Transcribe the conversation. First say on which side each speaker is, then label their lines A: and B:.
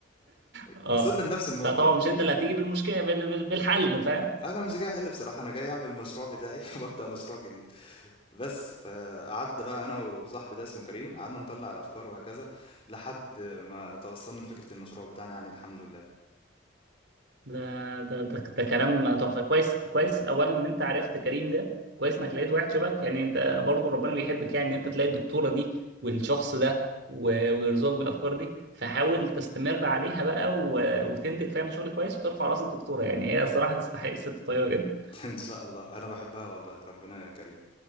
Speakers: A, on the right; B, on the left.
A: اه
B: فوصلنا لنفس النقطة
A: فطبعا
B: ال-
A: مش انت اللي هتيجي بالمشكله بال- بال- بالحل فاهم
B: أنا مش جاي أحل بصراحة أنا جاي أعمل المشروع بتاعي <laughs> وأبدأ مشروع جديد بس فقعدت بقى أنا وصاحبي ده اسمه كريم قعدنا نطلع الأفكار وهكذا لحد ما توصلنا لفكرة المشروع بتاعنا يعني الحمد لله
A: ده ده ده, ده كلام تحفه كويس كويس اولا ان انت عرفت كريم ده كويس انك لقيت واحد شبهك يعني انت برضو ربنا بيحبك يعني ان انت تلاقي الدكتوره دي والشخص ده و- ويرزقك بالافكار دي فحاول تستمر عليها بقى و- وتنتج فعلا شغل كويس وترفع راس الدكتوره يعني هي صراحه تستحق الست طيبه جدا
B: <laughs> إن شاء الله أنا بحبها والله ربنا يا كريم